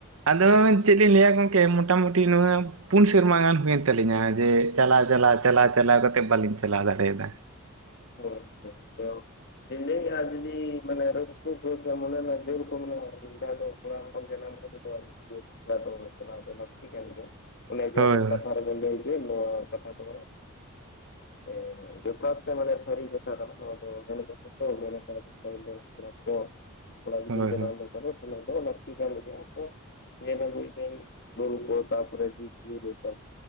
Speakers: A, on the right (about 65°); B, on the left (about 50°).
A: ᱫᱚ ᱪᱮᱫ ᱞᱤᱧ ᱞᱟᱹᱭᱟ ᱜᱚᱝᱠᱮ ᱢᱚᱴᱟᱢᱩᱴᱤ ᱱᱚᱣᱟ ᱯᱩᱱ ᱥᱮᱨᱢᱟ ᱜᱟᱱ ᱦᱩᱭᱮᱱ ᱛᱟᱹᱞᱤᱧᱟ ᱡᱮ ᱪᱟᱞᱟᱣ ᱪᱟᱞᱟᱣ ᱪᱟᱞᱟᱣ ᱪᱟᱞᱟᱣ ᱠᱟᱛᱮᱜ ᱵᱟᱞᱤᱧ ᱪᱟᱞᱟᱣ ᱫᱟᱲᱮᱭᱟᱫᱟ᱾
B: ᱦᱳᱭ ᱦᱳᱭ ᱦᱮᱞᱳ ᱢᱮᱱ ᱫᱟᱹᱧ ᱟᱨ ᱡᱩᱫᱤ ᱢᱟᱱᱮ ᱨᱟᱹᱥᱠᱟᱹ ᱠᱚᱥᱮ ᱢᱚᱱᱮ ᱨᱮᱭᱟᱜ ᱡᱳᱨ ᱠᱚ ᱢᱮᱱᱟᱜ-ᱟ <unintelligible> ᱫᱚ ᱠᱚᱲᱟ ᱦᱚᱯᱚᱱ ᱡᱟᱱᱟᱢ ᱠᱟᱛᱮ ᱟᱡᱚᱫᱤᱭᱟᱹᱥᱮᱸᱫᱽᱨᱟ ᱫᱚ ᱪᱟᱞᱟᱣ ᱫᱚ ᱞᱟᱹᱠᱛᱤ ᱠᱟᱱ ᱜᱮᱭᱟ, ᱚᱱᱮ ᱡᱮ
A: ᱦᱳᱭ
B: ᱟᱫᱚ
A: ᱦᱳᱭ
B: ᱠᱟᱛᱷᱟ ᱨᱮᱵᱮᱱ ᱞᱟᱹᱭ ᱠᱮᱫ ᱱᱚᱣᱟ ᱠᱟᱛᱷᱟ ᱠᱚ ᱦᱮᱸ ᱡᱚᱛᱷᱟᱛ ᱛᱚ ᱢᱟᱱᱮ ᱥᱟᱹᱨᱤ ᱠᱟᱛᱷᱟ ᱠᱟᱱᱟ ᱱᱚᱭᱟ ᱫᱚ ᱢᱮᱱ ᱠᱟᱫ ᱫᱟᱠᱚ ᱢᱮᱠᱟᱜᱼᱟ ᱠᱚ ᱯᱟᱦᱤᱞ ᱨᱮᱱ ᱦᱟᱯᱲᱟᱢ ᱠᱚ᱾ ᱠᱚᱲᱟ ᱜᱤᱫᱟᱹᱨ
A: ᱦᱳᱭ
B: ᱡᱟᱱᱟᱢ ᱞᱮᱱᱠᱷᱟᱱ ᱥᱮᱱᱚᱜ ᱫᱚ ᱞᱟ. ᱠᱛᱤ ᱠᱟᱱ ᱜᱮᱭᱟ ᱛᱚ ᱧᱮᱞ ᱟᱜᱩᱭ ᱫᱟᱹᱧ ᱵᱩᱨᱩ ᱠᱚ ᱛᱯᱚᱨᱮ ᱡᱤᱵ ᱡᱤᱭᱟ. ᱞᱤ ᱠᱚ